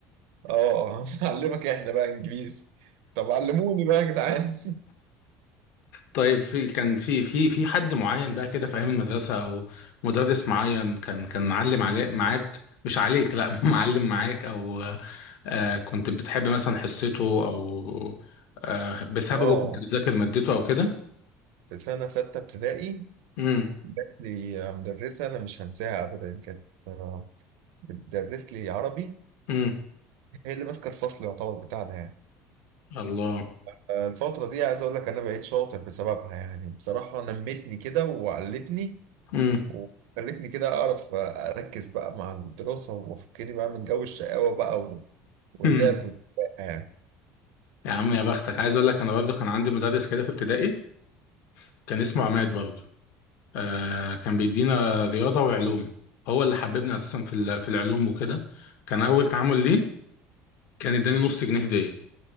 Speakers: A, on the right; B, on the left.
A: اه <laughs> علمك احنا بقى انجليزي طب علموني بقى يا جدعان
B: طيب في كان في في في حد معين بقى كده في ايام المدرسه او مدرس معين كان كان معلم عليك معاك مش عليك لا <laughs> معلم معاك او آه كنت بتحب مثلا حصته او آه بسببه
A: اه
B: كنت بتذاكر مادته او كده
A: في سنه سته ابتدائي
B: امم
A: جات لي مدرسه انا مش هنساها ابدا كانت آه، بتدرس لي عربي
B: امم
A: هي اللي ماسكه الفصل يعتبر بتاعنا يعني
B: الله
A: فالفترة دي عايز اقول لك انا بقيت شاطر بسببها يعني بصراحة نمتني كده وعلتني
B: امم
A: وخلتني كده أعرف أركز بقى مع الدراسة وأفكني بقى من جو الشقاوة بقى و- واللعب
B: هم.
A: والبقى يعني
B: يا عم يا بختك عايز اقول لك انا برضه كان عندي مدرس كده في ابتدائي كان اسمه عماد برضه آه كان بيدينا رياضه وعلوم هو اللي حببني اساسا في ال- في العلوم وكده كان اول تعامل ليه كان اداني نص جنيه هديه